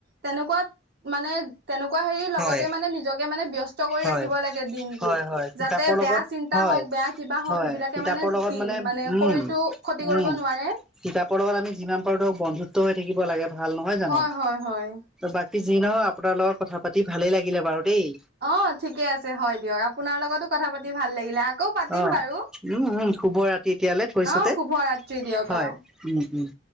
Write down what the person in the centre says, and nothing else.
হয়,
হয়,
হয়, হয় কিতাপৰ
লগত
হয়,
হয়
কিতাপৰ
লগত
উম,
উম,
কিতাপৰ লগত আমি যিমান পাৰোঁ ধৰক বন্ধুত্ব হৈ থাকিব লাগে ভাল নহয় জানো?
বাকী যি নহয় আপোনাৰ লগত কথা পাতি ভালেই লাগিলে বাৰু দেই।
অ
উম উম শুভ ৰাতি এতিয়ালৈ থৈছোতে
হয়
উম উম।